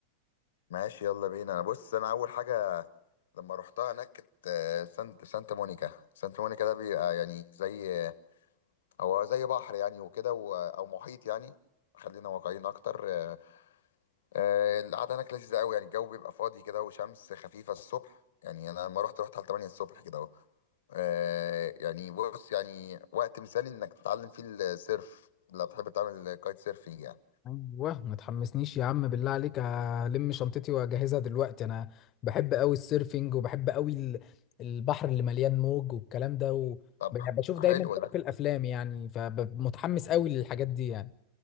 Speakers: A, on the left; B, on the left.
A: ماشي يلا بينا انا بص انا اول حاجه لما روحتها هناك كانت آه، سانت سانتا مونيكا سانتا مونيكا ده بيبقى يعني زي هو زي بحر يعني وكده و- او محيط يعني خلينا واقعيين اكتر آه، آه، القعده هناك لذيذه قوي يعني الجو بيبقى فاضي كده وشمس خفيفه الصبح يعني انا لما رحت رحت على 8 الصبح كده اهو آه يعني بص يعني وقت مثالي انك تتعلم فيه السيرف لو بتحب تعمل كايت سيرفينج يعني
B: ايوه ما تحمسنيش يا عم بالله عليك هلم شنطتي واجهزها دلوقتي انا بحب قوي السيرفينج وبحب قوي ال- البحر اللي مليان موج والكلام ده و...
A: طب
B: يعني بشوف
A: حلو
B: دايما كده
A: ده
B: في الافلام يعني فمتحمس قوي للحاجات دي يعني